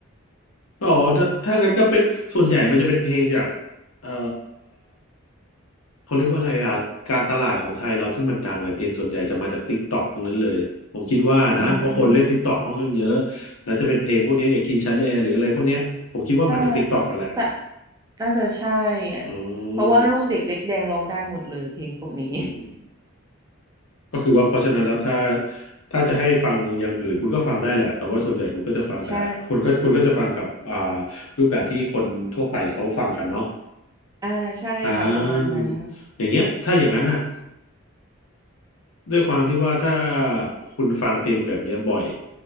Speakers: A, on the left; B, on the right.
A: อ๋อถ้าถ้างั้นก็เป็นส่วนใหญ่มันจะเป็นเพลงจากเอ่อเขาเรียกว่าอะไรอ่ะการตลาดของไทยเราที่มันดังเลยเพลงส่วนใหญ่จะมาจากติ๊กต็อกทั้งนั้นเลยผมคิดว่านะเพราะคนเล่นติ๊กต็อกค่อนข้างเยอะ
B: <laughs> อืม
A: แล้วจะเป็นเพลงพวกเนี้ยอย่างกินชาเลหรืออะไรพวกเนี้ยผมคิดว่ามาจากติ๊กต็อกกันแหละ
B: อ่าแต่น่าจะใช่อะเพราะว่าลูกเด็กเล็กแดงร้องได้หมดเลยเพลงพวกนี้
A: อืมอืม ก็คือว่าเพราะฉะนั้นแล้วถ้าถ้าจะให้ฟังอย่างอื่นคุณก็ฟังได้แหละแต่ว่าส่วนใหญ่คุณก็จะฟังแต่คุณก็คุณก็จะฟังกับอ่า
B: <laughs> ใช่
A: รูปแบบที่คนทั่วไปเขาฟังกันเนาะ
B: อ่าใช่ค่ะประมาณนั้น
A: อ่าอย่างเงี้ยถ้าอย่างนั้นอ่ะด้วยความที่ว่าถ้าคุณฟังเพลงแบบเนี้ยบ่อย